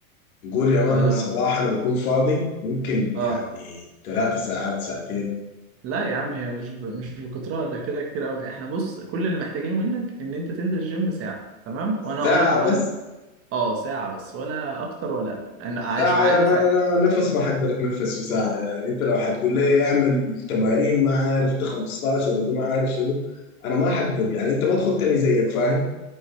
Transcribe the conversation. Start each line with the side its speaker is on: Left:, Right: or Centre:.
Left: نقول يا مان
Right: اه
Left: الصباح انا بكون فاضي ممكن يعني
Right: اه
Left: ثلاثة ساعات ساعتين
Right: لا يا عم هي مش ب... مش بالكترة ده كده كتير قوي احنا بص كل اللي محتاجينه منك ان انت تنزل الجيم ساعة تمام وانا
Left: ساعة
Right: هقول لك على
Left: بس
Right: اه ساعة بس ولا اكتر ولا اقل انا عشان
Left: ساعة
Right: عايز
Left: يا مان
Right: افهم
Left: أنا نفس ما حقدر أتنفس في ساعة يعني أنت لو هتقول لي أعمل تمارين ما عارف ده 15 وده ما عارف شنو أنا ما حقدر يعني أنت ما تخطني زيك فاهم؟